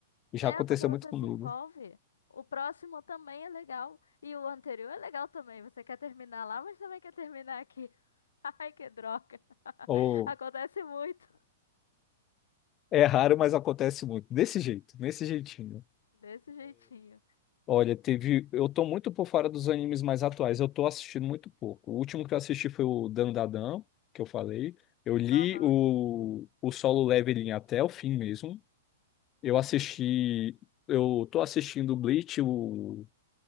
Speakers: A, on the left; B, on the left.
A: Já
B: É,
A: aconteceu
B: porque você
A: muito comigo.
B: se envolve. O próximo também é legal. E o anterior é legal também. Você quer terminar lá, mas também quer terminar aqui. <laughs> Ai, que droga. <laughs>
A: Ou
B: Acontece muito.
A: é raro, mas acontece muito. Desse jeito, nesse jeitinho.
B: Desse jeitinho.
A: Olha, teve. Eu tô muito por fora dos animes mais atuais. Eu tô assistindo muito pouco. O último que eu assisti foi o Dandadan, que eu falei. Eu li
B: Aham.
A: o, o Solo Leveling até o fim mesmo. Eu assisti. Eu tô assistindo o Bleach, o